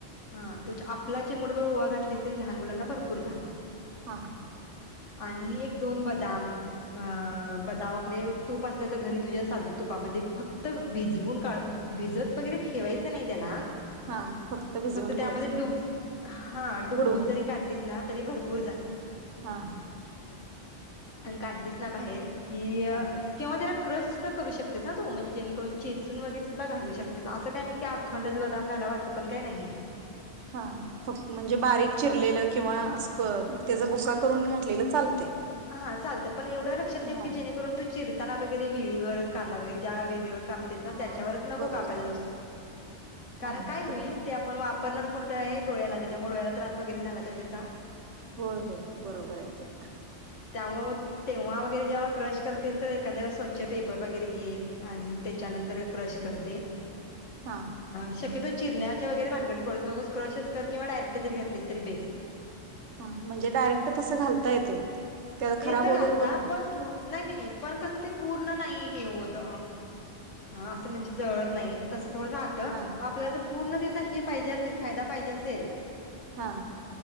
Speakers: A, on the left; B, on the right.
A: हा तो आपला चिमूटभर ओवा घातली तरी लहान मुलांना भरपूर झाला.
B: हा हा.
A: आणि एक-दोन बदाम अं बदाम आपले तूप असलं तर घरी तुझ्या साजूक तुपामध्ये फक्त भिजवून काढ, भिजत वगैरे ठेवायचं नाही त्याला.
B: हा भिजवून
A: फक्त त्यामध्ये
B: घ्यायचं
A: डुब
B: फक्त
A: हां डुबवून
B: बुडवून
A: जरी काढलीस ना तरी भरपूर झालं.
B: हा‌ ह‌.
A: <inaudible> आणि काढलीस ना बाहेर कि
B: हां
A: अ किंवा त्याला क्रश सुद्धा करू शकतेस हा तु म्हणजे जेणेकरून चेचून वगैरे सुद्धा घालू शकते असं काय नाही की अखंडच बदाम घालाव असं पण काय नाहीये.
B: हा फक्त म्हणजे बारीक चिरलेलं किंवा असं क तेझ बुक्का करून घातलेलं चालतंय.
A: हा चालतंय पण एवढं लक्षात ठेव
B: हा
A: की जेणे करून तू चिरताना वगैरे विळीवर कांदा वगैरे ज्या विळीवर काप तेच ना
B: हा
A: त्यांच्यावरच नको
B: बरोबर
A: कापायला
B: आहे
A: जाऊस, <inaudible> कारण
B: हा
A: काय
B: बरोबर
A: होईल
B: आहे
A: त्या पण वापरणार कुठय डोळ्याला त्याच्यामुळे डोळ्याला त्रास वगैरे झाला तर त्याचा.
B: होय होय बरोबर आहे ते.
A: त्यामुळ तेव्हा वगैरे जेव्हा क्रश करतेस तर एखाद्या वेळेस स्वच्छ पेपर वगैरे घे आणि त्याच्यानंतर क्रश करते.
B: हां,
A: शक्यतो चिरण्याच्या वगैरे भानगडीत पडूच नकोस क्रशच कर किंवा डयरेक्ट जरी घातलेस तरीे बेस्ट.
B: म्हणजे डायरेक्ट तस घालता येतय. त्या खराब
A: येत
B: वगैरे
A: घालता
B: होत नाही
A: पण थो नाही नाही पण कस ते पूर्ण नाही हे होत अस म्हणजे जळत नाही तस थोड रहात. त
B: हा
A: मग आपल्याला पूर्ण त्याचा हे पाहिजे असेल फायदा पाहिजे असेल.
B: हां,